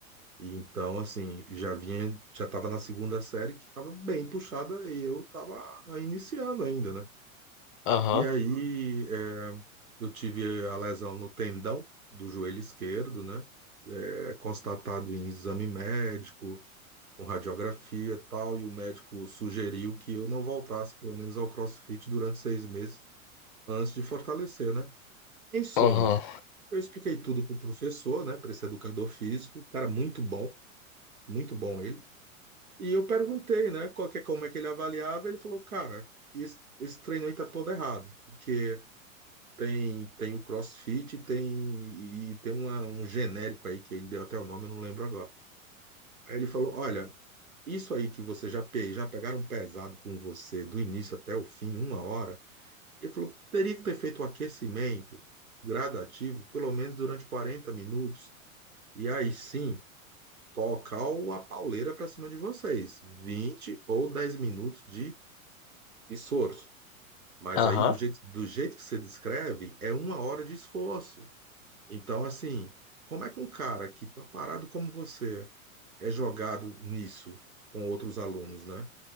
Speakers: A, on the right; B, on the left.
A: E então, assim, já vinha, já tava na segunda série que tava bem puxada e eu tava iniciando ainda, né?
B: aham,
A: E aí é, eu tive a lesão no tendão do joelho esquerdo, né? É, constatado em exame médico, com radiografia e tal, e o médico sugeriu que eu não voltasse, pelo menos, ao CrossFit durante seis meses antes de fortalecer, né? Em suma,
B: aham,
A: Eu expliquei tudo pro professor, né, para esse educador físico, cara muito bom, muito bom ele. E eu perguntei, né, qual que, como é que ele avaliava, ele falou, cara, esse, esse treino aí tá todo errado, porque tem tem o CrossFit, tem e tem uma, um genérico aí que ele deu até o nome, eu não lembro agora. Aí ele falou, olha, isso aí que você já pe já pegaram pesado com você do início até o fim, uma hora. Ele falou, teria que ter feito o aquecimento gradativo, pelo menos durante 40 minutos. E aí sim, tocar o- a pauleira para cima de vocês. vinte ou dez minutos de esforço. Mas
B: aham.
A: aí, do jeito, do jeito que você descreve, é uma hora de esforço. Então, assim, como é que um cara que tá parado como você é jogado nisso com outros alunos, né?